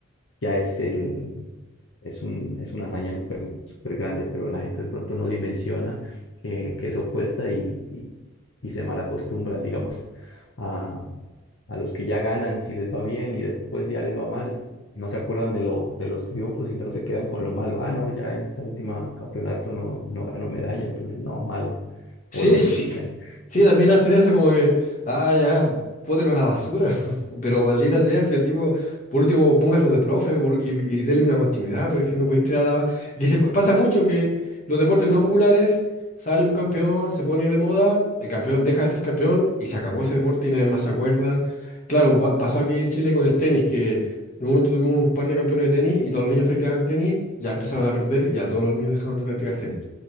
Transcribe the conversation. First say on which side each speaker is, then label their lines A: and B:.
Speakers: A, on the left; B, on the left.
A: ya es el, es un, es una hazaña súper, súper grande, pero la gente de pronto no dimensiona que, que eso cuesta y, y, y se malacostumbran, digamos, a, a los que ya ganan si les va bien y después ya les va mal, no se acuerdan de lo, de los triunfos y no se quedan con lo malo. Ah, no, ya en esta última campeonato no, no ganó medalla, entonces no, malo.
B: Sí,
A: O lo critican.
B: sí, sí, también hacen eso como que, ah, ya, pótelo a la basura, <laughs> pero maldita sea, si el tipo, por último, póngalo de profe por- y, y dele una continuidad, pero es que no pudiste tirar a la... Que se, pasa mucho que los deportes no populares, sale un campeón, se pone de moda, el campeón deja de ser campeón y se acabó ese deporte y nadie más se acuerda. Claro, pa- pasó aquí en Chile con el tenis, que en un momento tuvimos un par de campeones de tenis y todos los niños practicaban tenis, ya empezaron a perder y ya todos los niños dejaban de practicar tenis.